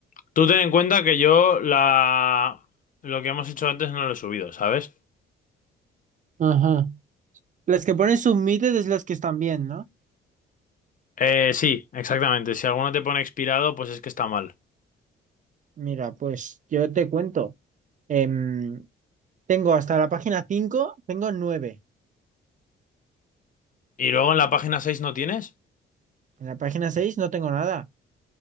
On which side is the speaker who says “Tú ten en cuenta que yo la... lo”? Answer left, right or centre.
Left